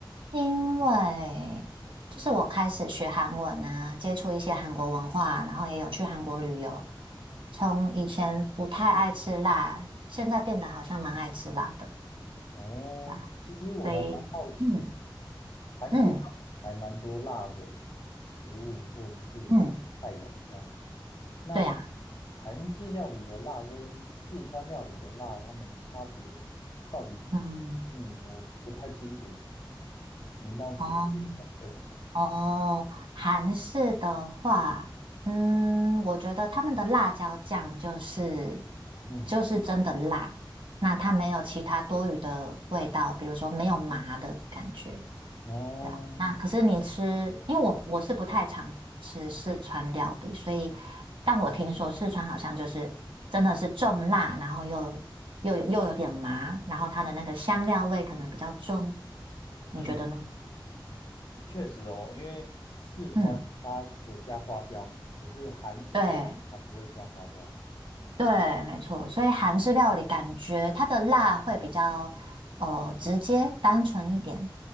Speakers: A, on the right; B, on the left.
A: 因为就是我开始学韩文啊，接触一些韩国文化，然后也有去韩国旅游。从以前不太爱吃辣，现在变得好像蛮爱吃辣的，
B: 哦，
A: 对吧？
B: 其实我还蛮好奇，
A: 所以，嗯
B: 韩式料理还蛮多辣的食物或者是菜肴这样。
A: 嗯嗯，
B: 那
A: 对啊，
B: 韩式料理的辣跟四川料理的辣，它们差别到底？
A: 嗯，
B: 嗯，我不太清楚，想您帮我解释一下。
A: 哦。
B: 对。
A: 哦，韩式的话，嗯，我觉得他们的辣椒酱就是
B: 嗯，
A: 就是真的辣，那它没有其他多余的味道，比如说没有麻的感觉，
B: 哦，
A: 对啊。那可是你吃，因为我我是不太常吃四川料理，所以但我听说四川好像就是真的是重辣，然后又又有又有点麻，然后它的那个香料味可能比较重，你觉得呢？
B: 嗯，确实哦，因为四川它有加花椒，
A: 嗯，
B: 可是韩式料理它不会加花椒。
A: 对，对，没错，所以韩式料理感觉它的辣会比较呃直接、
B: 哦，
A: 单纯一点。